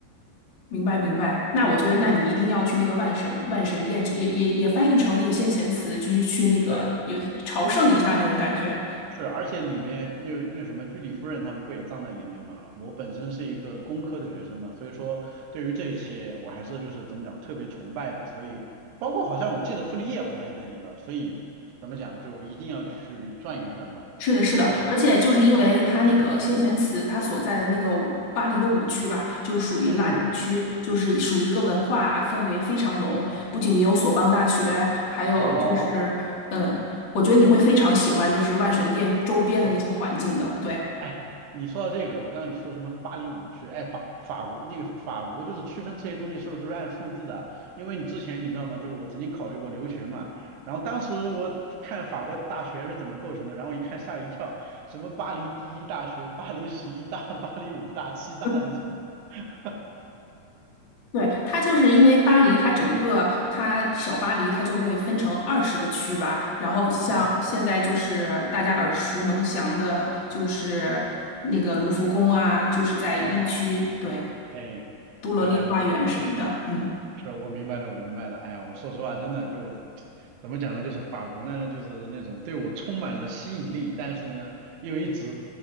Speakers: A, on the left (about 70°); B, on the right (about 75°).
A: 明白明白，那我觉得，
B: 嗯嗯，
A: 那你一定要去那个万神万神殿，就也也也翻译成那个先贤祠，继续去那个有朝圣一下那种感觉。
B: 对，是，而且里面那那什么居里夫人他们不也葬在里面嘛？我本身是一个工科的学生嘛，所以说对于这些我还是就是怎么讲特别崇拜吧，所以包括好像我记得傅立叶好像也在里边儿，所以怎么讲就一定要去转一转吧，
A: 是的，是的，
B: 哎。
A: 而且就是因为它那个先贤祠，
B: 嗯
A: 它所在的那个巴黎的五区吧，就属于拉丁区，
B: 嗯，
A: 就是属于一个文化氛围非常浓，不仅也有索邦大学，还有就是，
B: 哦，
A: 嗯，我觉得你会非常喜欢就是万神殿周边的那些环境的，
B: 是，
A: 对。
B: 哎，你说到这个，我刚刚你说什么巴黎五区？哎，法法国那个法国就是区分这些东西是不是都是按数字的？因为你之前你知道吗？就是我曾经考虑过留学嘛，然后当时我就看法国大学是怎么构成的，然后一看吓一跳，什么巴黎第一大学、巴黎十一大、<laughs> 巴黎五大、七大这种。
A: <laughs>
B: <laughs>
A: 对，它就是因为巴黎，它整个它小巴黎，
B: 嗯
A: 它就会分成二十个区吧。然后像现在就是大家耳熟能详的，
B: 嗯
A: 就是那个卢浮宫啊，就是在一区，
B: 哦，
A: 对，
B: 哎，
A: 都乐丽花园什么的。
B: 原来如此。
A: 嗯
B: 是我明白了，我明白了。哎呀，我说实话，真的就怎么讲呢？就是法国呢，就是那种对我充满了吸引力，但是呢，又一直